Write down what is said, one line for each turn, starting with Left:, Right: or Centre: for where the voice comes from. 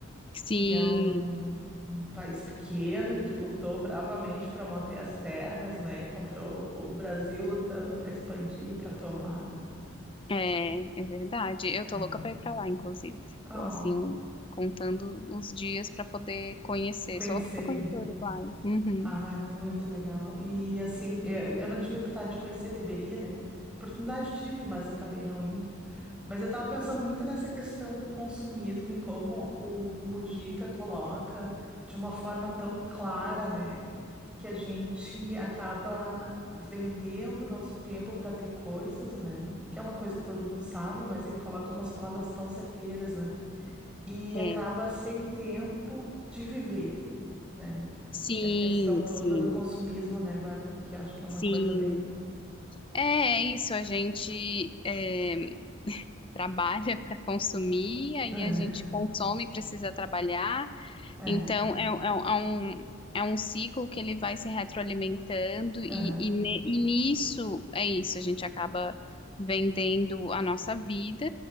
Left: Sim,
Centre: E é um, um país pequeno que lutou bravamente para manter as terras, né, contra o, o Brasil lutando para expandir, para tomar.
Left: É, é verdade. Eu tô
Centre: É.
Left: louca pra ir pra lá, inclusive.
Centre: Ó,
Left: Tô assim, contando os dias pra poder conhecer.
Centre: conhecer,
Left: Sou louca pra conhecer
Centre: né?
Left: o Uruguai. Uhum.
Centre: Ah, é muito legal. E assim, eu, eu não tive a oportunidade de conhecer, deveria, né? Oportunidade tive, mas acabei não indo. Mas eu estava pensando muito nessa questão do consumismo e como o, o Mujica coloca de uma forma tão clara, né? Que a gente acaba vendendo o nosso tempo para ter coisas, né? Que é uma coisa que todo mundo sabe, mas ele coloca umas palavras tão certeiras, né? E
Left: É.
Centre: acaba sem tempo de viver né?
Left: Sim,
Centre: Que é a questão toda
Left: sim,
Centre: do consumismo, né, Bárbara? Que eu acho que é uma
Left: sim.
Centre: coisa bem.
Left: É, é isso. A gente é, trabalha <laughs> pra consumir, aí
Centre: É,
Left: a gente consome e precisa trabalhar.
Centre: é,
Left: Então, é, é um, é um é um ciclo que ele vai se retroalimentando, e,
Centre: é,
Left: e, ne- e nisso é isso, a gente acaba vendendo a nossa vida